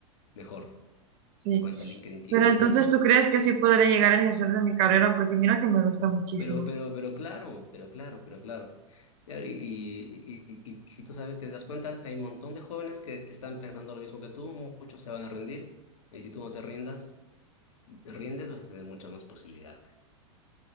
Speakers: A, on the left (about 75°); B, on the right (about 50°).
A: mejor
B: sí.
A: de cuánta LinkedIn tiene.
B: Pero entonces, ¿tú crees que así podré llegar a ejercer de mi carrera? Porque mira que me gusta muchísimo.
A: Pero, pero, pero claro, pero claro, pero claro. Claro, y, y, y- y- y si tú sabes, te das cuenta, hay un montón de jóvenes que están pensando lo mismo que tú, muchos se van a rendir, y si tú no te rindas, rindes, vas a tener muchas más posibilidades.